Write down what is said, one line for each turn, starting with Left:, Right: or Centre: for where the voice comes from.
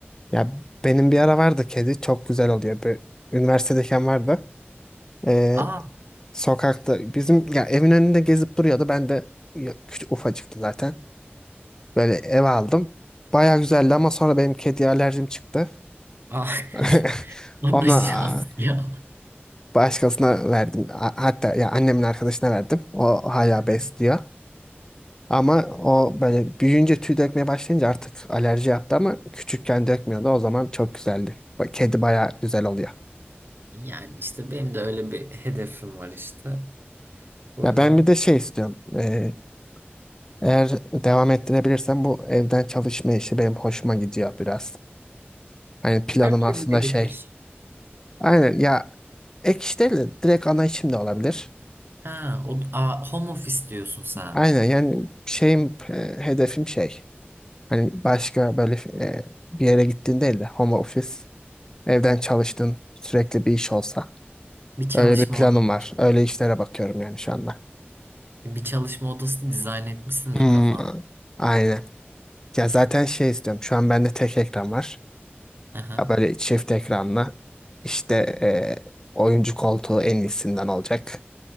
Left: Ya benim bir ara vardı kedi çok güzel oluyor. Bir, üniversitedeyken vardı. Ee,
Right: Aa,
Left: sokakta bizim ya evin önünde gezip duruyordu. Ben de ya, küçük ufacıktı zaten. Böyle eve aldım. Baya güzeldi ama sonra benim kediye alerjim çıktı.
Right: aa.
Left: <laughs>
Right: <laughs> O
Left: Ona
Right: da şans
Left: aa,
Right: ya.
Left: başkasına verdim. A- Hatta ya annemin arkadaşına verdim. O hala
Right: Hı
Left: besliyor.
Right: hı,
Left: Ama o böyle büyüyünce tüy dökmeye başlayınca artık alerji yaptı ama küçükken dökmüyordu. O zaman çok güzeldi. Ba- Kedi baya güzel oluyor.
Right: Yani işte benim de öyle bir hedefim var işte. O
Left: Ya
Right: yüzden
Left: ben bir de şey istiyorum. Ee, eğer devam ettirebilirsem bu evden çalışma işi benim hoşuma gidiyor biraz. Hani planım
Right: her türlü
Left: aslında
Right: bir
Left: şey.
Right: ek iş.
Left: Aynen ya ek iş değil de direkt ana işim de olabilir.
Right: Ha, o, aa, home office diyorsun sen.
Left: Aynen yani şeyim e, hedefim şey. Hani başka böyle e, bir yere gittiğin değil de home office evden çalıştığın sürekli bir iş olsa.
Right: Bir çalışma
Left: Öyle bir planım
Right: odan.
Left: var. Öyle işlere bakıyorum yani şu anda.
Right: Bir çalışma odası dizayn etmişsindir
Left: Hmm,
Right: kafan.
Left: aynen. Ya zaten şey istiyorum. Şu an bende tek ekran var.
Right: Aha.
Left: Ya Böyle çift ekranlı işte e, oyuncu koltuğu en iyisinden olacak.